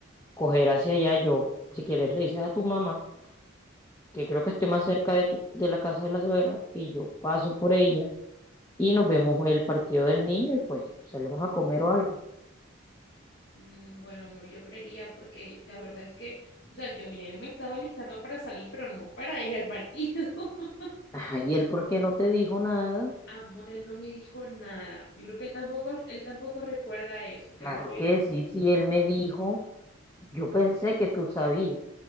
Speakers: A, on the left (about 15°); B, on the left (about 55°).
A: coger hacia allá. Yo, si quieres, le dices a tu mamá que creo que estoy más cerca de tu, de la casa de la suegra, que yo paso por ella y nos vemos el partido del niño y pues salimos a comer o algo.
B: mm, bueno, amor, yo creería porque la verdad es que, o sea, yo ya yo me estaba listando para salir, pero no para ir al partido. <laughs>
A: Ajá, ¿y él por qué no te dijo nada?
B: Amor, él no me dijo nada. Yo creo que él tampoco, él tampoco recuerda eso.
A: Claro
B: Ya lo voy.
A: que sí, si él me dijo, yo pensé que tú sabías.